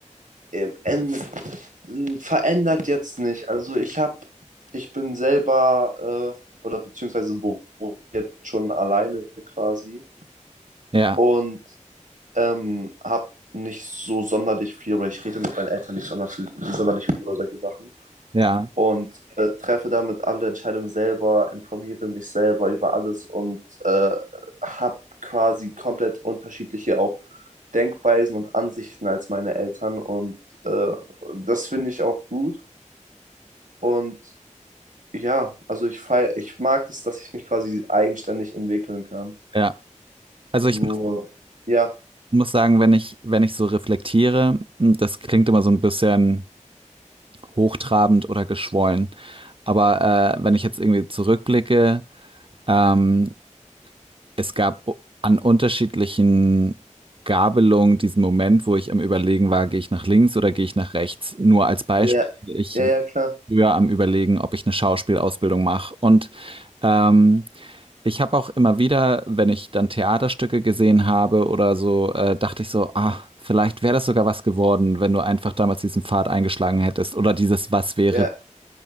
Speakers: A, on the right; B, on the right.
A: ähm, en- m, verändert jetzt nicht. Also ich habe, ich bin selber äh, oder beziehungsweise wo, wo jetzt schon alleine quasi
B: Ja,
A: und ähm, habe nicht so sonderlich viel oder ich rede mit meinen Eltern nicht sonderlich, sonderlich viel über solche Sachen
B: ja,
A: und äh, treffe damit alle Entscheidungen selber, informiere mich selber über alles und äh, habe quasi komplett unterschiedliche auch Denkweisen und Ansichten als meine Eltern und äh, das finde ich auch gut und ja, also ich feier, ich mag es, dass ich mich quasi eigenständig entwickeln kann.
B: ja. Also ich
A: Nur,
B: muss,
A: ja,
B: muss sagen, wenn ich, wenn ich so reflektiere, m, das klingt immer so ein bisschen hochtrabend oder geschwollen. Aber äh, wenn ich jetzt irgendwie zurückblicke, ähm, es gab u- an unterschiedlichen Gabelungen diesen Moment, wo ich am Überlegen war, gehe ich nach links oder gehe ich nach rechts. Nur als Beispiel,
A: ja,
B: ich
A: ja, ja,
B: war
A: klar,
B: früher am Überlegen, ob ich eine Schauspielausbildung mache. Und ähm, ich habe auch immer wieder, wenn ich dann Theaterstücke gesehen habe oder so, äh, dachte ich so, ah, vielleicht wäre das sogar was geworden, wenn du einfach damals diesen Pfad eingeschlagen hättest oder dieses Was wäre.
A: ja,